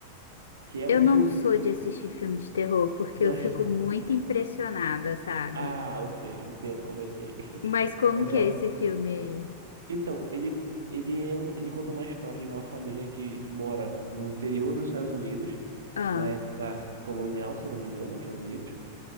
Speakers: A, on the right; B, on the left.
A: que é
B: Eu
A: um filme.
B: não sou de assistir filme de terror porque
A: Não,
B: eu fico muito impressionada, sabe?
A: <laughs> ah, eu sei, entendo como é que é. <laughs>
B: Mas como
A: Mas
B: que
A: ó,
B: é esse filme aí?
A: então, ele ele é um, ele conta uma história de uma família que mora no interior dos Estados Unidos,
B: Ah,
A: na época colonial, se eu não me engano, nos Estados Unidos,